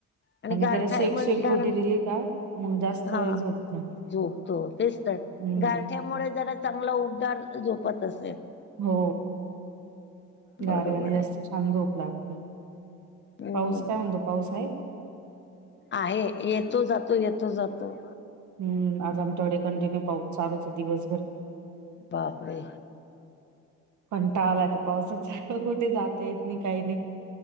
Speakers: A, on the left; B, on the right.
A: आणि गारठाय
B: त्याला शेक-शेक
A: म्हटल्यानं,
B: खोटी दिली का मग जास्त
A: हा
B: वेळ झोपतो.
A: झो हो तेचं तरं
B: हं,
A: गारठ्यामुळे जरा चांगला उपदार झोपत असेल.
B: हो गारवाने
A: बरोबर
B: जास्तं
A: आहे
B: छान झोप लागते.
A: हम्म
B: पाऊस कायं म्हणतो पाऊस आहे.
A: आहे येतों जातो येतों जातो.
B: हम्मं आंज आमच्याकडे कंटिन्यू पाऊस चालूं च आहे दिवसभर.
A: बापरे.
B: कंटाळा आला आता पावसाचा कुठे जातं येतं नाहीं काहीं नाहीं.